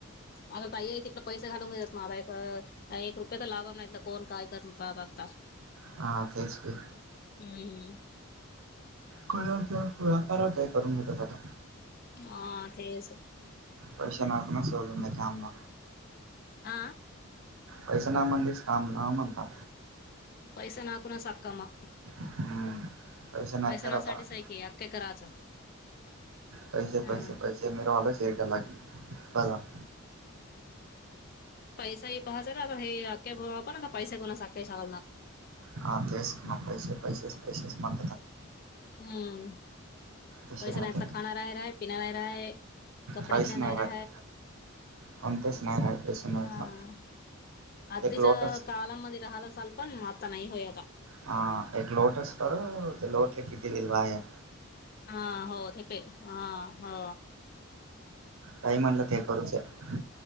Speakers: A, on the left; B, on the right.
A: आ बाई आहे तिथला पैसे घालून घेतात माय एक रुपये तर लावा नाहीतर कोण काय करण बाता
B: हा तेच की
A: हम्म
B: कळ किंवा व्यापार काय करून घेतात आता
A: हा तेच
B: वरीषनकण सोधंडे काामं
A: आह.
B: पैसे ना म्हणलीस काम न म्हणता.
A: पैसा नाक ना सखमा
B: हम्म पैसे नाही तर
A: नासाठीच
B: आतास
A: आहे की अक्के करायचं
B: पैसे
A: हा
B: पैसे पैसे से मरोवाला शे ट ला बा.
A: पैसा ह पाहाच नाता हे आके ना पैसे कोणा साखे ाव ना.
B: हा तेस ना पैसे पैसेस पैसेस म
A: हम्म
B: तशी
A: वैस
B: राहते
A: नाहीतलं खाना राहि राहा ह पिना रा राहा ह. कपडे
B: काहीच
A: घिर नाही
B: राहत
A: र
B: कोणतेच नाही राहत पैसे नाहीत
A: हा.
B: ना
A: अधच्या
B: एक लोटस
A: काळामध्ये राहाला असल पण आता नाही होय आता
B: हा एक लोटस कर ते लोटले किती विलवाया
A: हा हो ते हा हो.
B: काही म्हणलं ते करूच आहे